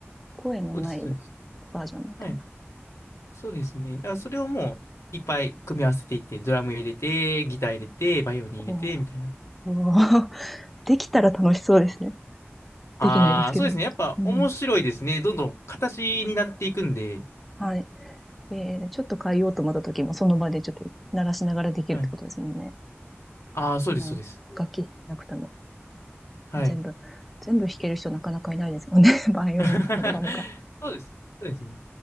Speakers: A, in the centre; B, on the left (about 85°).
A: 声のない
B: そうです、そうです。
A: バージョンみたいな。
B: はい。そうですね。だからそれをもう、いっぱい組み合わせていって、ドラム入れて、ギター入れて、バイオリン入れて、
A: おお、
B: みたいな。
A: おー <laughs> できたら楽しそうですね。
B: ああ、
A: できないですけど。
B: そうですね。やっぱ面白いですね。
A: うん。
B: どんどん形になっていくんで。
A: はい。えーちょっと変えようと思った時も、その場でちょっと鳴らしながらできるってことですもんね。
B: はい。ああ、そうです、
A: うん楽器弾けなくても、
B: そうです。はい。
A: 全部、全部弾ける人なかなかいないですもんね。<laughs> バイオリンとかドラムか。
B: <laughs> そうです。そうですね。